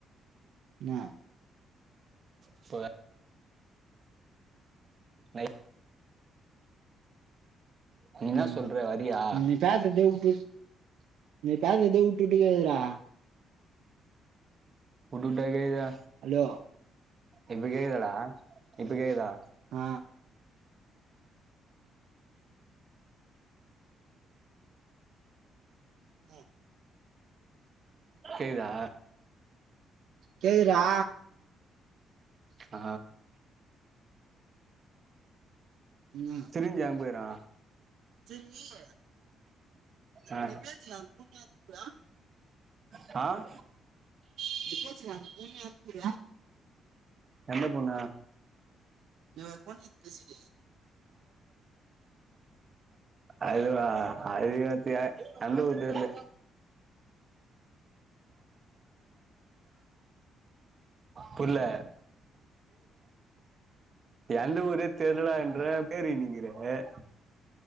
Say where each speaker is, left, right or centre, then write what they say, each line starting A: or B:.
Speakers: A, on the right; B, on the right.
A: இன்னா
B: இப்போ வே லை நீ என்ன
A: ம்
B: சொல்ற வரியா
A: நீ பேசதே உட்டு உட் நீ பேசதே உட்டு உட்டு கேக்குதுறா
B: உட்டு உட்டா கேக்குது
A: ஹலோ
B: இப்ப கேக்குதா டா இப்ப கேக்குதா
A: அ அ
B: கேக்குதா
A: கேக்குதுறா
B: அ
A: ஆமா
B: சிரஞ்சி எங் போயிகிறா
A: செரி விய்யி
B: ஆ
A: நீ பேசிக்கோ அந்த பொண்ண யார் கூப்புறா
B: அ
A: இப்ப போச்ன்னா அந்த பொண்ண யார் கூப்புறா
B: எந்த பொண்ண
A: நீ ஒரு பொண்ணுக்கிட் பேசுருயே
B: அதுவா அது எப்பயா எந்த ஊரு தெர்ல புர்ல எந்த ஊரே தெர்லடான்ற பேர் இன்னிங்கிற அ